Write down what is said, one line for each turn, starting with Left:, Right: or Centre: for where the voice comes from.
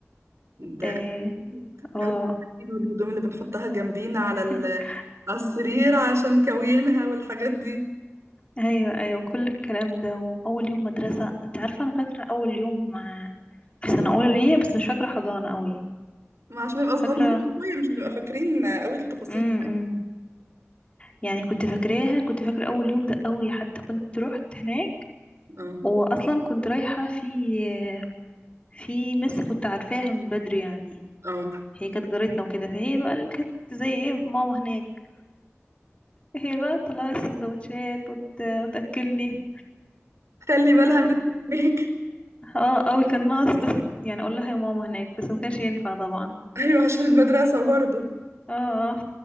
Right: ده
Left: اه,
Right: أكيد
Left: آه
Right: قوي أكيد والهدوم اللي بنحطها جنبينا على
Left: <laughs>
Right: ال... على السرير عشان كوينها والحاجات دي
Left: ايوه ايوه كل الكلام ده واول يوم مدرسة انت عارفة انا فاكرة اول يوم آه، في سنة اولى ليا بس مش فاكرة حضانة قوي
Right: ما عشان نبقى صغننين
Left: فاكرة
Right: شوية مش بنبقى فاكرين قوي التفاصيل
Left: امم يعني كنت فاكراها كنت فاكرة اول يوم ده قوي حتى كنت رحت هناك
Right: اه
Left: واصلا كنت رايحة في آه، في مس كنت عارفاها من بدري يعني
Right: اه
Left: هي كانت جارتنا وكده فهي بقى اللي كانت زي ايه ماما هناك هي بقى تطلع لي السندوتشات وت... وتاكلني
Right: خلي بالها
Left: كنت
Right: منك
Left: اه قوي كان ناقص بس يعني اقول لها يا ماما هناك بس ما كانش ينفع طبعا
Right: <laughs> ايوه عشان المدرسة برضو
Left: اه اه